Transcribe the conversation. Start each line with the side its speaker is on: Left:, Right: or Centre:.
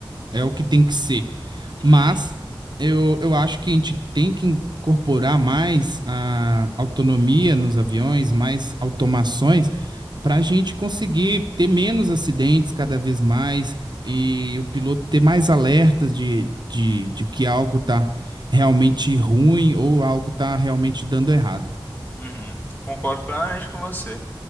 Right: é o que tem que ser.
Left: Uhum,
Right: Mas eu, eu acho que a gente tem que incorporar mais a autonomia nos aviões, mais automações, para a gente conseguir ter menos acidentes cada vez mais e o piloto ter mais alertas de, de, de que algo está realmente ruim ou algo está realmente dando errado.
Left: uhum. Concordo plenamente com você.